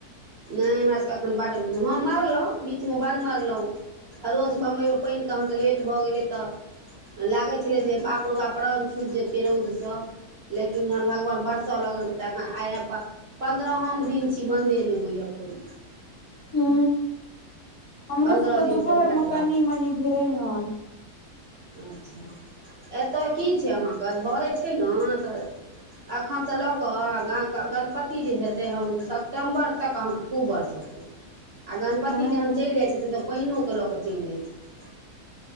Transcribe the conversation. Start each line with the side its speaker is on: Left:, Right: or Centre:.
Right: नहि हमरा सभके एखन बड्ड हँ मारलहुँ बीचमे बड मारलहुँ अरोस बम्बई मे पानि के अहाँ के लेट भऽ गेलै तऽ लागै छलै जे बाप रे बाप प्राण छुटि जेतै रौदसँ लेकिन जहन भगवान बरसो लगल के तखन आ पंन्द्रहन दिन छै बंदे नै हो या पईन
Left: हू हमरो
Right: पन्द्रह
Left: सबके
Right: दिनसँ
Left: दुपहरमे
Right: बड्ड बारिश
Left: कनि मनि भेल हन
Right: अच्छा एतय की छै अहाँके भरै छै ने तऽ अखनसँ लऽ कऽ गणपति जे हेतै हम सेप्टम्बर तक अहाँके खूब बरसत आ गणपति
Left: हूँ
Right: जखन चलि जाइ छथिन तऽ पइनो के लऽ कऽ चलि जाइत छथिन